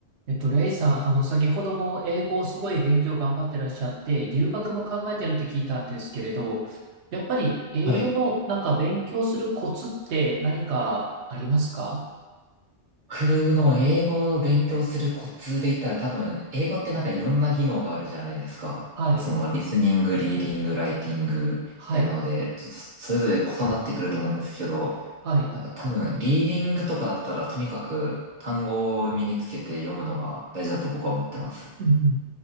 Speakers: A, on the right; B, on the right.
A: えっと、レイさん、あの、先ほども英語をすごい勉強頑張ってらっしゃって、留学も考えてるって聞いたんですけれど、やっぱり英語のなんか勉強するコツって何かありますか
B: はい。僕の英語を勉強するコツで言ったら多分、英語ってなんかいろんな技能があるじゃないですか。
A: はい、
B: その、リスニング、リーディング、ライティング、みたいなので、
A: はい、
B: ちょっとそれぞれ異なってくると思うんですけど、
A: はい。
B: なんか多分、リーディングとかだったらとにかく単語を身につけて読むのが大事だと僕は思ってます。
A: うんうん。